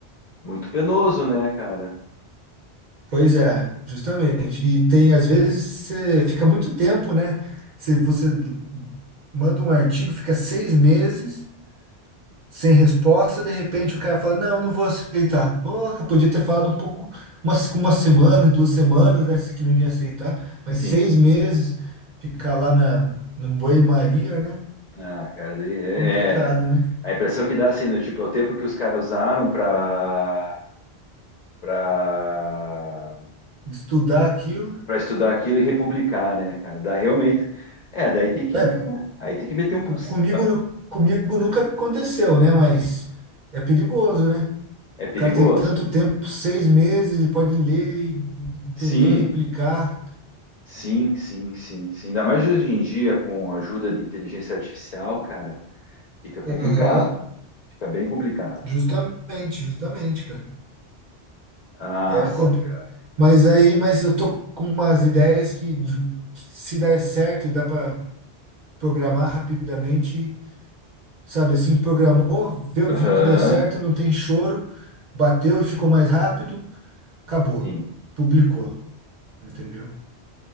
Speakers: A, on the left; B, on the right.
A: muito penoso, né, cara?
B: Pois é, justamente. E tem às vezes você fica muito tempo, né? Se você manda um artigo, fica seis meses sem resposta, de repente o cara fala, não, não vou aceitar. Pô, eu podia ter falado um pouco, uma, uma semana, duas semanas, né, que não ia aceitar, mas
A: Sim.
B: seis meses, ficar lá na, no banho-maria, né?
A: Ah, cara, daí é,
B: Complicado,
A: é-
B: né?
A: A impressão que dá, assim, do tipo, é o tempo que os caras usaram pra, para
B: Estudar aquilo.
A: para estudar aquilo e republicar, né, cara? Dá realmente. É, daí tem que,
B: É,
A: me- aí tem que meter um processo.
B: co- comigo, nu- comigo nunca aconteceu, né? Mas é perigoso, né?
A: É perigoso?
B: O cara tem tanto tempo, seis meses, ele pode ler, entender,
A: Sim,
B: replicar.
A: sim, sim, sim, sim. Ainda mais hoje em dia, com a ajuda de inteligência artificial, cara, fica complicado.
B: Aham,
A: Fica bem complicado.
B: Justamente, justamente, cara.
A: Nossa,
B: É como
A: cara.
B: Mas aí, mas eu tô com umas ideias que, de- que se der certo, dá para programar rapidamente, sabe assim, programou, viu,
A: Aham,
B: viu que deu certo, não tem choro, bateu e ficou mais rápido, acabou,
A: sim.
B: publicou, entendeu?